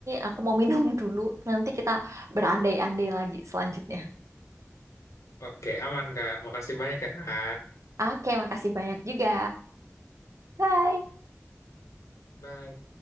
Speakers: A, on the right (about 75°); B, on the left (about 80°).
A: aku mau minum <laughs> dulu. Nanti kita berandai-andai lagi selanjutnya.
B: Oke, aman, Kak. Makasih banyak ya, Kak.
A: Oke, makasih banyak juga. Bye.
B: Bye.